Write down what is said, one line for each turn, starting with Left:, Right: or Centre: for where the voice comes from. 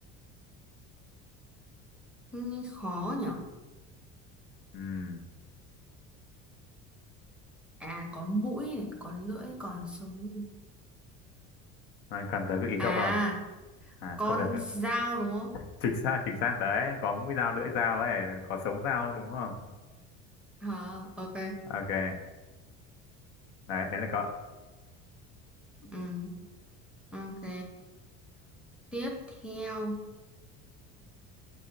Centre: Nghe khó nhở
Left: ừ.
Centre: À có mũi này, có lưỡi còn sống.
Left: bạn cần tới gợi ý
Centre: À,
Left: cho không à
Centre: con
Left: không cần gợi- <laughs>
Centre: dao đúng không?
Left: chính xác chính xác đấy có mũi dao lưỡi dao ấy có sống dao đúng không
Centre: Ờ, ok.
Left: ok đấy đấy là cậu
Centre: Ừ, ok. Tiếp theo.